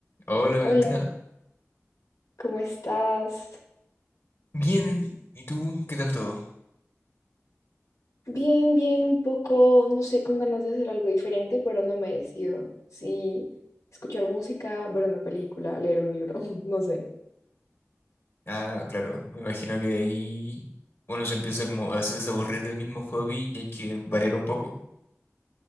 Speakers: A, on the left (about 50°); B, on the left (about 85°).
A: Hola Valentina,
B: Hola, ¿cómo estás?
A: bien, ¿y tú? ¿Qué tal todo?
B: Bien, bien, un poco, no sé, con ganas de hacer algo diferente, pero no me decido. Sí, escuchar música, ver una película, leer un libro, <laughs> no sé.
A: Ah, claro, me imagino que ahí uno se empieza como a veces a aburrir del mismo hobby y hay que variar un poco.